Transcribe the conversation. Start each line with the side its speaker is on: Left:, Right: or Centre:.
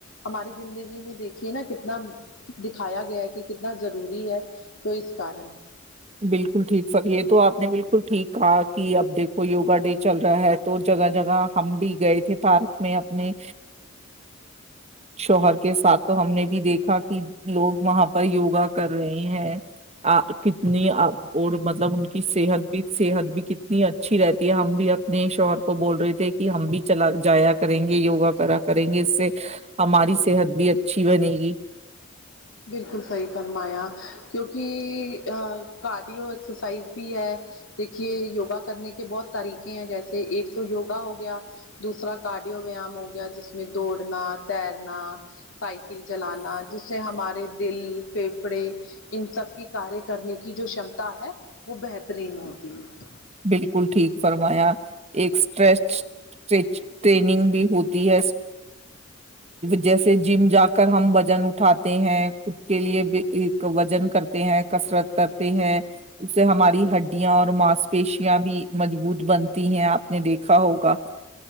Left: ہماری زندگی میں دیکھیے نا کتنا دکھایا گیا ہے کہ کتنا ضروری ہے تو اس کارن
Right: بالکل ٹھیک سر یہ تو آپ نے بالکل ٹھیک کہا کہ اب دیکھو یوگا ڈے چل رہا ہے تو جگہ جگہ ہم بھی گئے تھے پارک میں اپنے شوہر کے ساتھ تو ہم نے بھی دیکھا کہ لوگ وہاں پر یوگا کر رہے ہیں اور مطلب ان کی صحت بھی صحت بھی کتنی اچھی رہتی ہے ہم بھی اپنے شوہر کو بول رہے تھے کہ ہم بھی چلا جایا کریں گے یوگا کرا کریں گے اس سے ہماری صحت بھی اچھی بنے گی
Left: بالکل صحیح فرمایا کیونکہ کارڈیو ایکسرسائز بھی ہے دیکھیے یوگا کرنے کے بہت طریقے ہیں جیسے ایک تو یوگا ہو گیا دوسرا کارڈیو ویایام ہو گیا جس میں دوڑنا تیرنا سائیکل چلانا جس سے دل فیفڑے ان سب کی کاریہ کرنے کی جومتا ہے وہ بہترین ہوتی ہے
Right: بالکل ٹھیک فرمایا ایک س سچ ٹریننگ بھی ہوتی ہے جیسے جم جا کر ہم وزن اٹھاتے ہیں خود کے لیے بھی ایک وزن کرتے ہیں کسرت کرتے ہیں اسے ہماری ہڈیاں اور ماس پیشیاں بھی مضبوط بنتی ہیں آپ نے دیکھا ہوگا